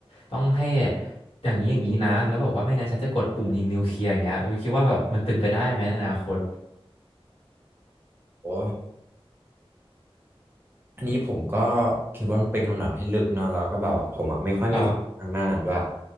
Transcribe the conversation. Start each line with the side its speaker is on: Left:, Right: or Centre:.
Left: ต้องให้อย่างนี้อย่างนี้นะแล้วบอกว่าไม่งั้นฉันจะกดปุ่มยิงนิวเคลียร์อย่างเงี้ยอุ้ยคิดว่าแบบมันเป็นไปได้ไหมในอนาคต
Right: โอ้ อันนี้ผมก็คิดว่ามันเป็นคำถามที่ลึกเนาะแล้วก็แบบว่าผมอะไม่ค่อยมีความรู้ทางด้านนั้นด้วย
Left: ครับ